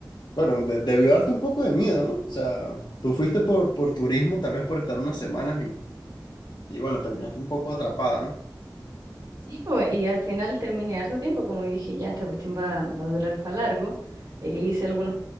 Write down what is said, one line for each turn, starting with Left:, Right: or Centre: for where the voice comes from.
Left: Bueno, de- debió darte un poco de miedo, ¿no? O sea, tú fuiste por, por turismo, tal vez por estar unas semanas y, y bueno, terminaste un poco atrapada, ¿no?
Right: Sí, po, y al final terminé harto tiempo, como dije, ya esta cuestión va, va a durar para largo. e hice algunos